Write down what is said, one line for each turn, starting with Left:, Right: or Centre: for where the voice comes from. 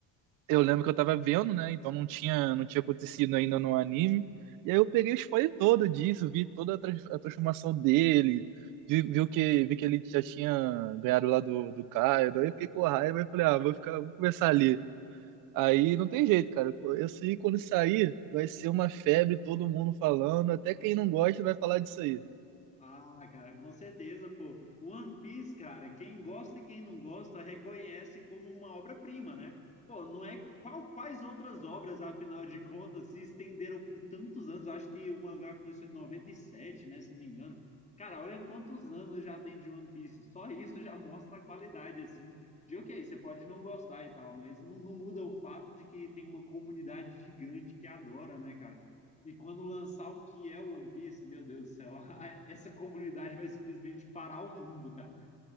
Right: eu lembro que eu tava vendo, né? Então não tinha, não tinha acontecido ainda no anime. E aí eu peguei o spoiler todo disso, vi toda a, trans- a transformação dele, vi, vi o que, vi que ele já tinha ganhado lá do, do Caio. Daí eu fiquei com raiva e falei, ah, vou ficar, vou começar ali. Aí não tem jeito, cara. Isso aí, quando sair, vai ser uma febre, todo mundo falando. Até quem não gosta vai falar disso aí.
Left: Ah, cara, com certeza, pô. One Piece, cara, quem gosta e quem não gosta reconhece como uma obra-prima, né? Pô, não é qual, quais outras obras, afinal de contas, se estenderam por tantos anos? Eu Acho que o mangá começou em 97, né, se não me engano. Cara, olha quantos anos já tem de One Piece. Só isso já mostra a qualidade, assim, de ok, você pode não gostar e tal, mas não, não muda o fato de que tem uma comunidade gigante que adora, né, e quando lançar o que é One Piece, meu Deus do céu, <laughs> essa comunidade vai simplesmente parar o mundo, cara.